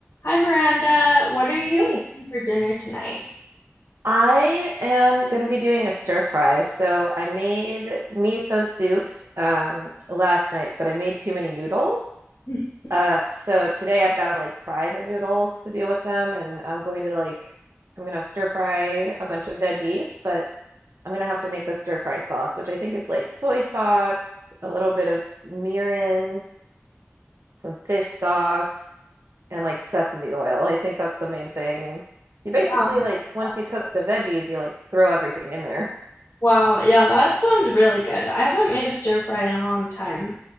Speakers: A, on the left; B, on the right.
A: Hi Miranda, what are you
B: Hey,
A: making for dinner tonight?
B: I am going to be doing a stir fry. So I made miso soup um, last night, but I made too many noodles.
A: <laughs> Yum.
B: Uh, so today I've got to like fry the noodles to deal with them, and I'm going to like I'm gonna stir fry a bunch of veggies, but I'm gonna have to make the stir fry sauce, which I think is like soy sauce, a little bit of mirin. some fish sauce, and like sesame oil. I think that's the main thing. And you basically
A: That
B: like
A: sounds
B: once you cook
A: delicious.
B: the veggies, you like throw everything in there.
A: Wow, yeah, that sounds really good. I haven't made a stir fry in a long time.